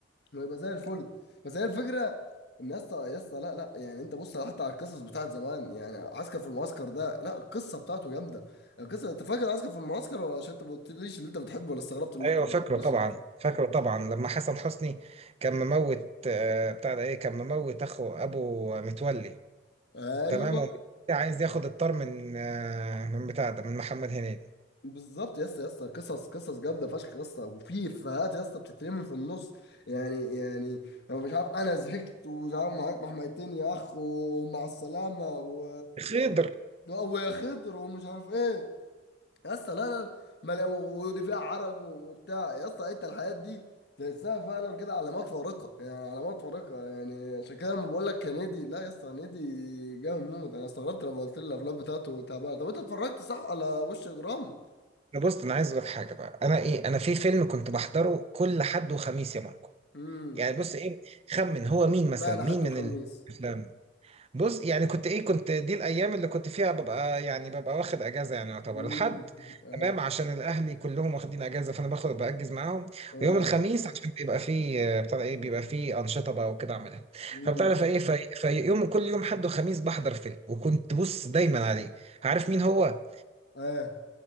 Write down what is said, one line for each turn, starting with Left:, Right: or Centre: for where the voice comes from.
Left: ويبقى زي الفل بس هي الفكره ان يا اسطى يا اسطى لا لا يعني انت بص حتى على القصص بتاعت زمان يعني عسكر في المعسكر ده لا القصه بتاعته جامده القصه انت فاكر عسكر في المعسكر ولا عشان انت ما قلتليش اللي انت بتحبه ولا استغربت اللي
Right: ايوه
Left: انت ما
Right: فاكره
Left: قلتليش
Right: طبعا
Left: اللي انت
Right: فاكره طبعا لما حسن حسني كان مموت آه، بتاع ده ايه كان مموت اخو ابو متولي
Left: ايوه
Right: تمام ومتولي عايز ياخد الطار من آه، من بتاع ده من محمد هنيدي
Left: بالظبط يا اسطى يا اسطى قصص قصص جامده فشخ يا اسطى وفي افيهات يا اسطى بتترمي في النص يعني يعني لو مش عارف انا زهقت ومش عارف معاك محميتين يا اخ ومع السلامه و...
Right: خضر
Left: و... ويا خضر ومش عارف ايه يا اسطى لا لا ما لا- ودي فيها عرج و- وبتاع يا اسطى انت الحاجات دي تحسها فعلا كده علامات فارقه يعني علامات فارقه يعني عشان كده لما بقول لك هنيدي لا يا اسطى هنيدي جامد موت انا استغربت لما قلت لي الافلام بتاعته تعبانه طب انت اتفرجت صح على وش اجرام؟
Right: ده بص انا عايز اقول لك حاجه بقى انا ايه انا في فيلم كنت بحضره كل حد وخميس يا ماركو
Left: امم
Right: يعني بص ايه خمن هو مين مثلا
Left: معنى
Right: مين
Left: حد وخميس
Right: من الافلام بص يعني كنت ايه كنت دي الايام اللي كنت فيها ببقى يعني ببقى واخد اجازه يعني يعتبر
Left: امم
Right: الحد
Left: <laughs> اه
Right: تمام عشان الاهلي كلهم واخدين اجازه فانا باخد باجز معاهم
Left: اه
Right: ويوم الخميس عشان بيبقى فيه آه، بتاع ده ايه بيبقى فيه انشطه بقى وكده اعملها
Left: امم
Right: فبتعرف ايه في, في يوم كل يوم حد وخميس بحضر فيلم وكنت بص دايما عليه عارف مين هو؟
Left: اه